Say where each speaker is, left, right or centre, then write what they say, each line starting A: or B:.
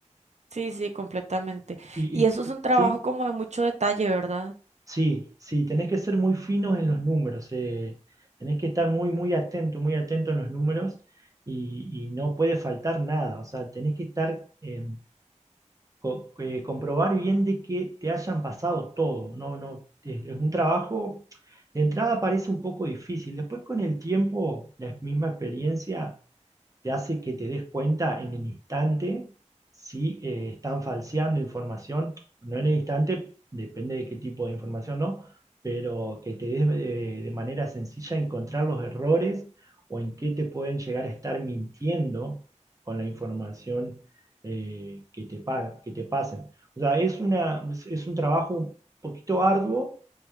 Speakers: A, on the right; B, on the right.
A: Sí, sí, completamente.
B: Y,
A: Y
B: y-
A: eso es un trabajo
B: sí,
A: como de mucho detalle, ¿verdad?
B: sí, sí, tenés que ser muy finos en los números, eh, tenés que estar muy, muy atento, muy atento en los números y, y no puede faltar nada, o sea, tenés que estar, eh, co- eh, comprobar bien de que te hayan pasado todo, no, no, es, es un trabajo, de entrada parece un poco difícil, después con el tiempo, la misma experiencia te hace que te des cuenta en el instante si eh, están falseando información, no en el instante, depende de qué tipo de información, ¿no? Pero que te des de, de manera sencilla encontrar los errores o en qué te pueden llegar a estar mintiendo con la información eh, que te, pa- que te pasen. O sea, es una, es es un trabajo un poquito arduo